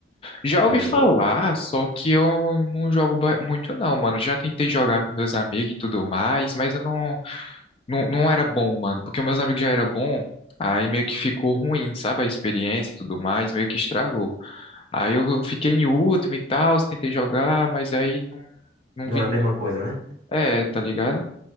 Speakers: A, on the left; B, on the right.
A: já
B: já
A: ouvi
B: jogou?
A: falar, só que eu não jogo ba- muito não, mano. Já tentei jogar com meus amigos e tudo mais, mas eu não, não, não era bom, mano. Porque meus amigos já eram bom, aí meio que ficou ruim, sabe? A experiência e tudo mais, meio que estragou. Aí eu fiquei em último e tal, tentei jogar, mas aí não,
B: Não
A: não vingou.
B: é a mesma coisa, né?
A: É, tá ligado?